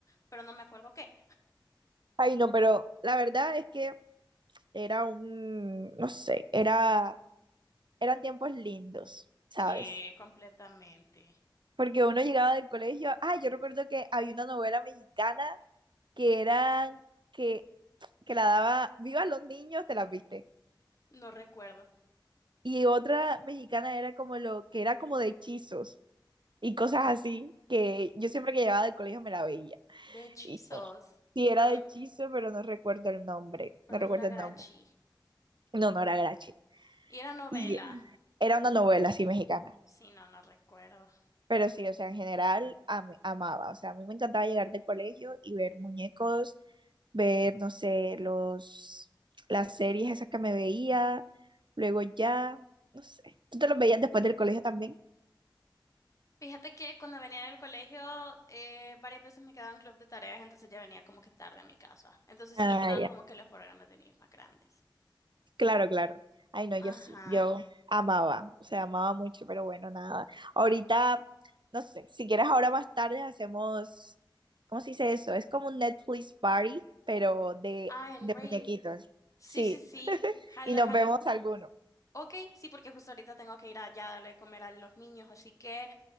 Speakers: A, on the left; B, on the right.
A: pero no me acuerdo qué.
B: Ay, no, pero la verdad es que era un, no sé, era, eran tiempos lindos, ¿sabes?
A: Sí, completamente.
B: Porque uno llegaba del colegio, ah, yo recuerdo que había una novela mexicana que eran, que que la daba Viva los niños, te las viste.
A: No recuerdo.
B: Y otra mexicana era como lo que era como de hechizos y cosas así, que yo siempre que llegaba del colegio me la veía.
A: De hechizos,
B: Y no, sí era
A: pero no,
B: de hechizo, pero no recuerdo el nombre,
A: pero
B: no recuerdo
A: no era Grachi.
B: el nombre. No, no era Grachi.
A: Y era novela.
B: Y era una novela así mexicana.
A: Sí, no, no recuerdo.
B: Pero sí, o sea, en general am- amaba, o sea, a mí me encantaba llegar del colegio y ver muñecos, ver, no sé, los, las series esas que me veía, luego ya, no sé, ¿tú te los veías después del colegio también?
A: Fíjate que cuando venía del colegio, eh, varias veces me quedaba en club de tareas, entonces ya venía como que tarde a mi casa. Entonces
B: Ah,
A: sí, ya estaban
B: ya.
A: como que los programas de niños más grandes.
B: Claro, claro. Ay, no, yo
A: Ajá.
B: sí, yo amaba, o sea, amaba mucho, pero bueno, nada. Ahorita, no sé, si quieres ahora más tarde hacemos, ¿cómo se dice eso? Es como un Netflix party, pero de
A: Ah, en
B: muñequitos.
A: Rave. Sí,
B: Sí,
A: sí, sí. Jalo,
B: y nos
A: jalo.
B: vemos algunos.
A: Ok, sí, porque justo ahorita tengo que ir allá a darle de comer a los niños, así que,